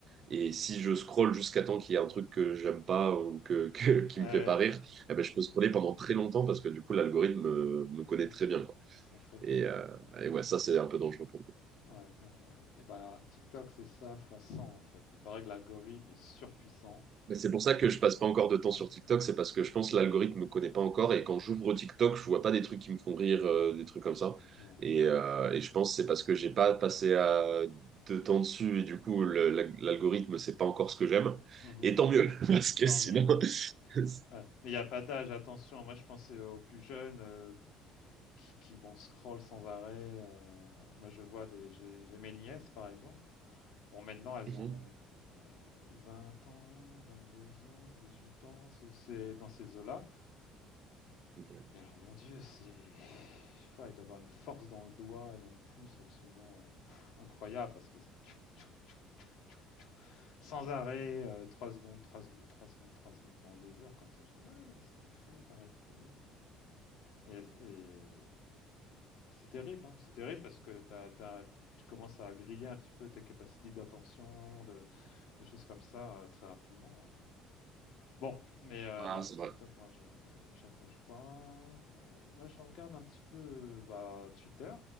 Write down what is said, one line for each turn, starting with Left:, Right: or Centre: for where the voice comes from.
Right: et si je scrolle jusqu'à temps qu'il y ait un truc que j'aime pas ou que, <laughs> que- qui
Left: Ouais, ouais.
Right: me fait pas rire, eh ben, je peux scroller pendant très longtemps parce que du coup, l'algorithme me, me
Left: Très
Right: connaît très
Left: fort.
Right: bien, quoi.
Left: Ils sont très forts,
Right: Et, euh,
Left: ils sont très forts.
Right: et ouais, ça, c'est un peu dangereux pour moi.
Left: Ouais, ouais, ouais. Et ben TikTok, c'est ça fois 100 en fait. Il paraît que l'algorithme est surpuissant.
Right: Mais c'est pour ça que je passe pas
Left: Et
Right: encore
Left: heu,
Right: de temps
Left: ouais.
Right: sur TikTok, c'est parce que je pense que l'algorithme me connaît pas encore et quand j'ouvre TikTok, je vois pas des trucs qui me font rire, euh, des trucs comme ça.
Left: Ouais, ouais,
Right: Et,
Left: commence
Right: euh,
Left: enfin
Right: et je pense que c'est parce que j'ai pas passé à, de temps dessus et du coup le- la- l'algorithme sait pas encore ce que j'aime.
Left: Mmh
Right: Et tant mieux, <laughs> parce que
Left: Tant
Right: sinon.
Left: mieux.
Right: <laughs>
Left: Ouais, mais il y a pas d'âge, attention. Moi, je pensais aux plus jeunes, heu, qui qui, bon, scrollent sans arrêt, heu, moi, je vois des j'ai j'ai mes nièces, par exemple. Bon, maintenant, elles
Right: Mhm.
Left: ont, heu, 20 ans, deux ans, 18 ans, ce c'est dans ces eaux-là.
Right: Ok.
Left: Mais alors, mon Dieu, c'est. Je sais pas, et d'avoir une force dans le doigt et dans le pouce absolument euh, pff, incroyable parce que c'est tchou, tchou, tchou, tchou, tchou, tchou, sans arrêt, euh, 3 secondes, 3 secondes, 3 secondes, 3 secondes pendant des heures comme ça. Je dis, ah, qu'est-ce que vous faites? Arrêtez. Et, et c'est terrible, hein, C'est terrible parce que t'as, t'as- tu commences à griller un petit peu tes capacités d'attention, de, de choses comme ça euh, très rapidement. ouais. Bon, mais heu,
Right: Ah,
Left: non,
Right: c'est
Left: TikTok,
Right: vrai.
Left: moi je j'accroche pas. Heu, moi je regarde un petit peu, euh, bah, Twitter,